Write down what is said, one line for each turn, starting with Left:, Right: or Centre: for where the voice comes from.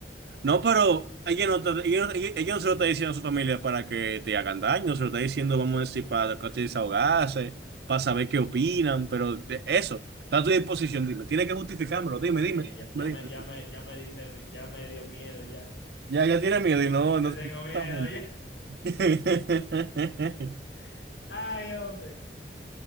Right: No, pero ella no, está- ella, no- ella- ella no se lo está diciendo a su familia para que te hagan daño, se lo está diciendo, vamos a decir, para que te desahogarse, para saber qué opinan, pero de- eso, está a tu disposición, dime, tiene que justificármelo, dime, dime,
Left: Ya, ya, ya, ya
Right: dime, dime.
Left: me, ya me, ya me diste, mi- ya me dio miedo, ya.
Right: Ya, ya tiene miedo y no,
Left: Ya
Right: no
Left: tengo
Right: se
Left: miedo,
Right: están juntos.
Left: ya.
Right: <laughs>
Left: <laughs> Ay, hombre.